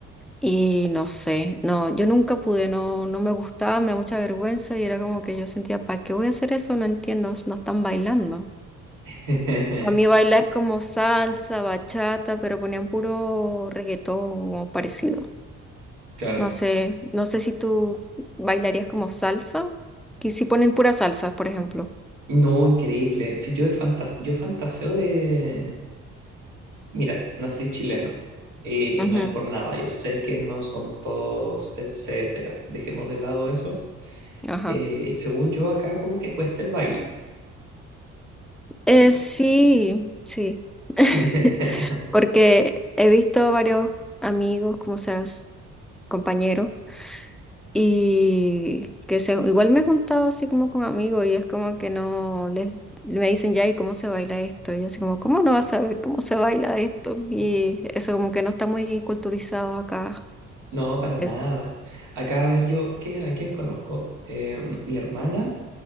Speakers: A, in the centre; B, on the right (about 85°).
A: Y no sé, no, yo nunca pude, no, no me gustaba, me da mucha vergüenza y era como que yo sentía, ¿para qué voy a hacer eso? No entiendo, no están bailando.
B: <laughs>
A: A mí bailar es como salsa, bachata, pero ponían puro reggaetón o parecido.
B: Claro.
A: No sé, no sé si tú bailarías como salsa, que si ponen pura salsa, por ejemplo.
B: No, increíble. Si yo he fantas yo fantaseo de, Mira, nací chileno y no
A: Ujú,
B: es por nada. Yo sé que no son todos, etcétera. Dejemos de lado eso.
A: Ajá.
B: Eh, según yo, acá como que cuesta el baile.
A: Eh,
B: Y...
A: sí, sí. <laughs>
B: <laughs>
A: Porque he visto varios amigos, como seas, compañeros. Y que se, igual me he juntado así como con amigos y es como que no les me dicen ya y cómo se baila esto. Y yo así como, ¿cómo no vas a saber cómo se baila esto? Y eso como que no está muy culturizado acá.
B: No, para nada.
A: Eso.
B: Acá, a ver, yo, ¿qué, a quién conozco? Eh, mi hermana